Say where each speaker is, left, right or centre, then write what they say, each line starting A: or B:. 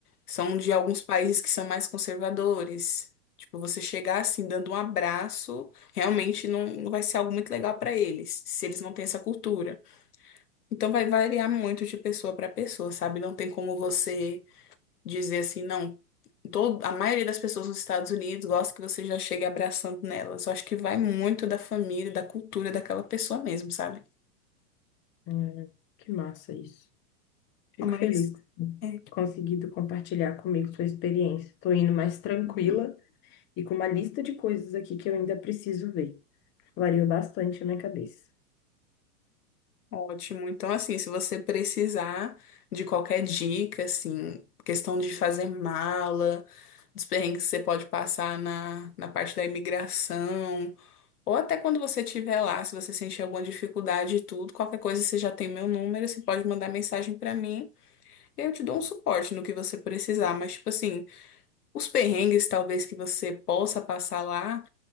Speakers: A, on the left (about 85°); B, on the left (about 25°).
A: são de alguns países que são mais conservadores. Tipo, você chegar assim dando um abraço, realmente não, não vai ser algo muito legal para eles, se eles não têm essa cultura. Então vai variar muito de pessoa para pessoa, sabe? Não tem como você dizer assim, não, todo, a maioria das pessoas nos Estados Unidos gosta que você já chegue abraçando nelas. Eu acho que vai muito da família, da cultura daquela pessoa mesmo, sabe?
B: Hum, que massa isso. Fico
A: Mas
B: feliz que você tenha
A: é,
B: conseguido compartilhar comigo sua experiência. Estou indo mais tranquila
A: hum,
B: e com uma lista de coisas aqui que eu ainda preciso ver. Variou bastante a minha cabeça.
A: ótimo. Então, assim, se você precisar de qualquer dica, assim, questão de fazer mala, dos perrengues que você pode passar na, na parte da imigração, ou até quando você estiver lá, se você sentir alguma dificuldade e tudo, qualquer coisa você já tem meu número, você pode mandar mensagem para mim. Eu te dou um suporte no que você precisar, mas, tipo assim, os perrengues talvez que você possa passar lá,